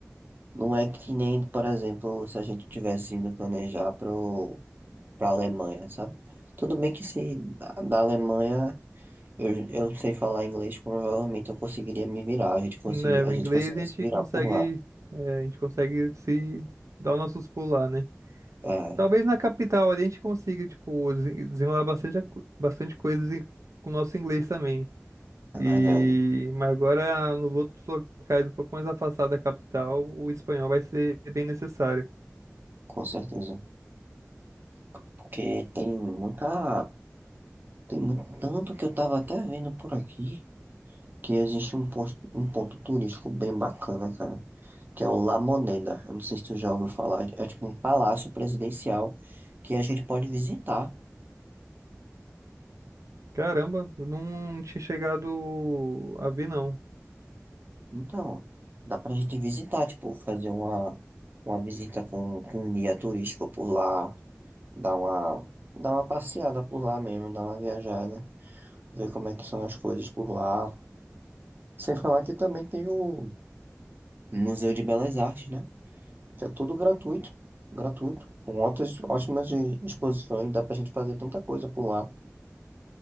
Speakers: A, on the right; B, on the right.
A: Não é que nem, por exemplo, se a gente tivesse ido planejar pro, pra Alemanha, sabe? Tudo bem que se da, da Alemanha eu, eu sei falar inglês, provavelmente eu conseguiria me virar, a gente conseguir,
B: Né, o
A: a gente
B: inglês
A: conseguiria
B: a gente
A: se virar
B: consegue,
A: por lá.
B: eh, a gente consegue se dar os nossos pulos lá, né?
A: É,
B: Talvez na capital ali a gente consiga, tipo, desen- desenrolar bastante, a co- bastante coisas em- com o nosso inglês também.
A: é
B: E
A: verdade,
B: mas agora nos outros locais um pouco mais afastados da capital, o espanhol vai ser bem necessário.
A: com certeza. Porque tem muita Tem muito, tanto que eu tava até vendo por aqui que existe um ponto, um ponto turístico bem bacana, cara, que é o La Moneda. Eu não sei se tu já ouviu falar. É tipo um palácio presidencial que a gente pode visitar.
B: Caramba, eu não tinha chegado a ver não.
A: Então, dá pra gente visitar, tipo, fazer uma, uma visita com, com um guia turístico por lá, dar uma, dar uma passeada por lá mesmo, dar uma viajada, ver como é que são as coisas por lá. Sem falar que também tem o Museu de Belas Artes, né? que é tudo gratuito, gratuito, com ótimas, ótimas de- exposições, dá pra gente fazer tanta coisa por lá.